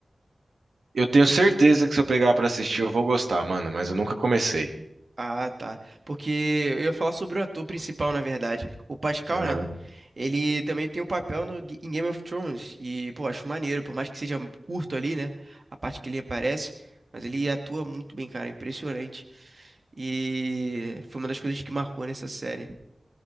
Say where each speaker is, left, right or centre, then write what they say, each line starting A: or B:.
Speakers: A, on the right; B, on the right.
A: Eu tenho certeza que se eu pegar pra assistir, eu vou gostar, mano, mas eu nunca comecei.
B: Ah, tá. Porque eu ia falar sobre o ator principal, na verdade. O Pascal,
A: Aham.
B: né? Ele também tem um papel no, G- em Game of Thrones. E, pô, acho maneiro. Por mais que seja curto ali, né? A parte que ele aparece. Mas ele atua muito bem, cara. Impressionante. E foi uma das coisas que marcou nessa série.